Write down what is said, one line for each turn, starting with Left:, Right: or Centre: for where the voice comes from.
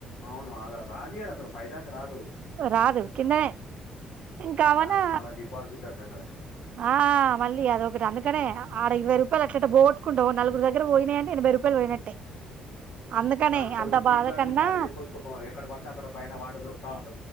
Left: అవును అదే <unintelligible> నియ్యారు అసలు పై దాకా రాదు
Right: రాదు కిందనే ఇంకావనా
Left: దానికి మళ్ళా డిపాజిట్ అంటుండు
Right: ఆ మళ్ళీ అదొకటి అందుకనే ఆ ఆడ ఇరవై రూ రూపాయలుఅట్లెట్ల పోగొట్కుం నలుగురు దగ్గర పోయినయంటే ఎనభై రూపాయలు పోయినట్టే అందుకనే
Left: ద దాని బదులు
Right: అంత
Left: సీట్
Right: బాధ
Left: బాటిళ్లు
Right: కన్నా
Left: క్యారీ చేసుకోవడం సుఖం ఎక్కడ పడితే అక్కడ పైన వాటర్ దొకుతా ఉన్